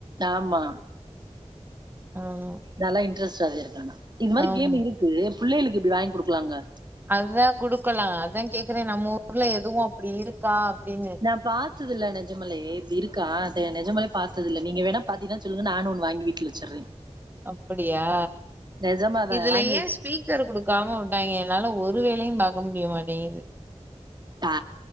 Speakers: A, on the right; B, on the right.
A: ஆமா
B: ஆமா
A: நல்லா இன்ட்ரெஸ்ட் இருக்கா இது மாரி
B: ஆமா
A: கேம் இருக் கு புள்ளைளுக்கு இப்டி வாங்கி குடுக்கலாங்க
B: அதுதா குடுக்கலா அதா கேக்குறே நம்ம ஊர்ல எதுவு அப்டி இருக்கா அப்டின்னு
A: நா பாத்ததுல்ல நெஜமலே இப்டி இருக்கா நெஜமாலே பாத்தது இல்ல நீங்க வேணா பாத்தீனா சொல்லுங்க நானு ஒன்னு வாங்கி வீட்ல வச்சுறே
B: அப்படியா
A: நெஜமாதா
B: இதுல
A: வாங்கி
B: ஏஸ் ஸ்பீக்கர் குடுக்காம விட்டாய்ங்க என்னால ஒரு வேலையு பாக்க முடிய மாட்டேங்குது
A: அ